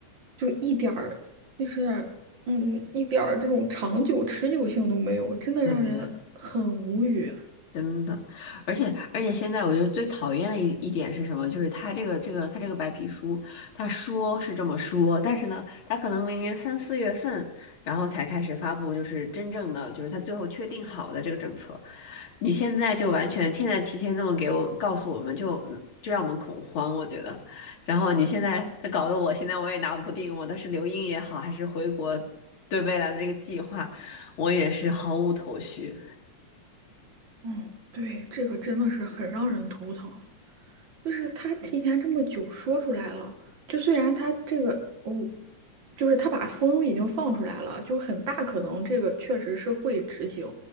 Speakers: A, on the right; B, on the left.
A: 就一点儿就是嗯一点儿这种长久持久性都没有，真的让人很无语。
B: 对对对，真的，而且而且现在我觉得最讨厌的一一点是什么？就是他这个这个他这个白皮书，他说是这么说，但是呢，他可能明年三四月份，然后才开始发布，就是真正的就是他最后确定好的这个政策。你现在就完全现在提前那么给我告诉我们就，就让我们恐慌，我觉得。然后你现在他搞得我现在我也拿不定，我的是留英也好，还是回国，对未来的这个计划，我也是毫无头绪。
A: 嗯，对，这个真的是很让人头疼。就是他提前这么久说出来了，就虽然他这个，嗯，就是他把风已经放出来了，就很大可能这个确实是会执行，